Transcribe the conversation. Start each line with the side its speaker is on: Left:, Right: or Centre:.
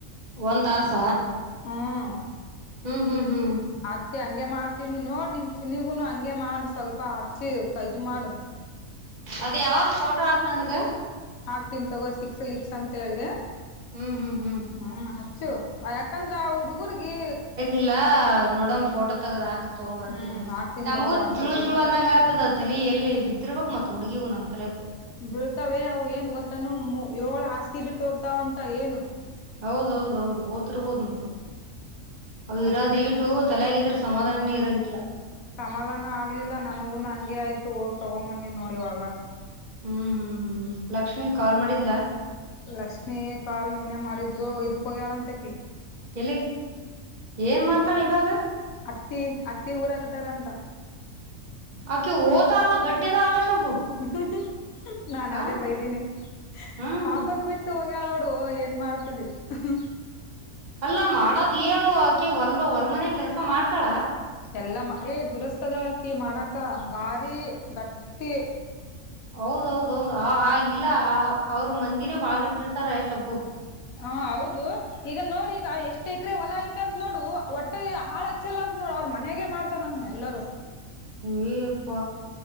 Right: ಒಂದ ತಾಸ
Left: ಹ್ಮ್
Right: ಹ್ಮ್ ಹ್ಮ್ ಹ್ಮ್
Left: ಅದಕ್ಕೆ ಹಂಗೆ ಮಾಡ್ತೀನಿ ನೋಡ್ ನಿಮ್ ಚಿನ್ನಿಗುನು ಹಂಗೆ ಮಾಡು ಸ್ವಲ್ಪ ಹಚ್ಚಿ ಕಯ್ದು ಮಾಡು
Right: ಅದ್ ಯಾವ್ದ ಫೋಟೋ ಹಾಕ್ ನನಗ
Left: ಹಾಕ್ತಿನಿ ತೊಗೋ ಸಿಕ್ಸ್ ಲಿಕ್ಸ್ ಅಂತ ಹೇಳಿ
Right: ಹ್ಮ್ ಹ್ಮ್ ಹ್ಮ್
Left: ಹ್ಮ್ ಹಚ್ಚು ಯಾಕಂದ್ರೆ ಆ ಹುಡ್ಗರ್ಗಿ
Right: ಇಲ್ಲಾ ನೋಡಮ ಫೋಟೋ ತಗದ್ ಹಾಕ ತಗೋಮ್ ಬರ್ತೀನಿ
Left: ಹ್ಮ್ ಹಾಕ್ತೀನ್
Right: ನಮಗು
Left: ತಗೋ ವಾಟ್ಸಪ್ಪಿಗ್
Right: ಜುಳು ಜುಳು ಅಂದಂಗ ಆತದ ತಲಿ ಎಲ್ಲಿ ಬಿದ್ದಿರ್ಬಕ್ ಮತ್ತ ಹುಡ್ಗಿಗ ನಮ್ಮ ತಲೆಗ
Left: ಬೀಳ್ತಾವೇ ಅವು ಏನ್ ಗೊತ್ತನು ಏಳ ಹಾಸಗಿ ಸ ಬಿಟ್ಟ ಹೋಗತಾವಂತ ಹೇನು
Right: ಹೌದೌ ಹೌದೌಹೌದು ಓದತಿರ್ಬೋದು ಮತ್ತೆ ಅ ಇರಾದ
Left: ಅದ್ಕೆ
Right: ಇಟು ತಲೆಗ ಇದ್ರ ಸಮಾಧನಾನೇ ಇರಂಗಿಲ್ಲ.
Left: ಸಮಾಧಾನ ಆಗ್ಲಿಲ್ಲ ನನ್ಗೂನು ಹಂಗೆ ಆಯ್ತು ಹೋಗಿ ತೊಗೊಬಂದಿನ್ ನೋಡ ಈವಾಗ
Right: ಹ್ಮ್ ಹ್ಮ್ ಹ್ಮ್ ಲಕ್ಷ್ಮಿ ಕಾಲ್ ಮಾಡಿದ್ಲಾ
Left: ಲಕ್ಷ್ಮಿ ಕಾಲ್ ನಿನ್ನೆ ಮಾಡಿದ್ಲು ಇದಕ್ ಹೋಗ್ಯಳ ಅಂತಕಿ
Right: ಎಲ್ಲಿ ಏನ್ ಮಾಡ್ತಾಳ ಇವಾಗ
Left: ಅತ್ತಿ ಅತ್ತಿ ಊರಾಗ ಅದರಂತ
Right: ಆಕೆ ಓದತಾಲ ಗಟ್ಟಿ ಅದಲ್ ಅಲ ಶಬ್ಬು
Left: ಹು ಹು ನಾನ್
Right: ಹ
Left: ಅದೇ ಬೈದೀನಿ
Right: ಹ್ಮ್
Left: ಪಾಪುನ್ ಬಿಟ್ಟು ಹೋಗ <unintelligible> ನೋಡು ಏನ್ ಮಾಡ್ತಿದಿ ಹು
Right: ಅಲ್ಲಾ ಮಾಡದ್ ಹೇಳು ಆಕಿ ಹೊಲ್ ಹೊಲ್ ಮನೆಗ ಕೆಲ್ಸ ಮಾಡ್ತಾಳ.
Left: ಎಲ್ಲ ಮಾ ಏ ದುರಸ್ಥದಳಕಿ ಮಾಡಾಕ ಭಾರಿ ಗಟ್ಟಿ
Right: ಹೌದೌಹೌದೌಹೌದು ಆ ಆಗ ಇಲ್ಲ ಅವರು ಮಂದಿನೇ ಬಾಳ ಗಟ್ಟಿ ಇರ್ತಾರ ಯಶಬ್ಬು
Left: ಹಾ ಹೌದು ಈಗ ನೋಡಿ ಈಗ ಎಷ್ಟ್ ಎಕರೆ ಹೊಲ ಐತೆ ಅಂತ ನೋಡು ಒಟ್ಟ ಹಾಳ ಹಚ್ಚಲ್ಲ ಅಂತ ನೋಡು ಅವ್ರ ಮನೆಗೆ ಮಾಡ ಮತ್ತ್ ಎಲ್ಲರೂ
Right: ಅಯ್ಯಯ್ಯಪ್ಪ